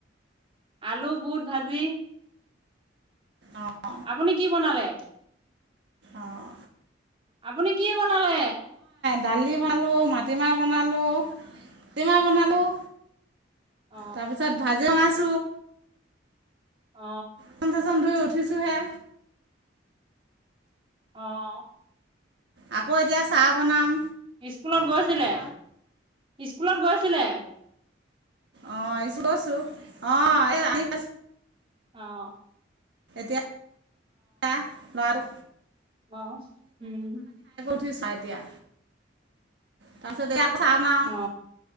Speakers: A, on the right; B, on the right.
A: আলু বুট ভাজি।
B: অঁ
A: আপুনি কি বনালে।
B: অ'
A: আপুনি কি? বনালে?
B: দালি বনালোঁ মাটিমাহ বনালোঁ মাতিমাহ বনালোঁ
A: অ
B: তাৰপিছত ভাজি মাছ
A: অ
B: বাচন চাচন ধুই। উঠিছোঁহে।
A: অহ।
B: আকৌ এতিয়া চাহ বনাম।
A: স্কুলত গৈছিলে স্কুলত গৈছিলে।
B: অ ' অ' এ আহি পাইছো
A: অ'
B: এতিয়া। এতিয়া ল'ৰাটো।
A: অহ হুম।
B: উঠি চাই এতিয়া তাৰপিছত এয়া। খাম আওঁ।
A: অ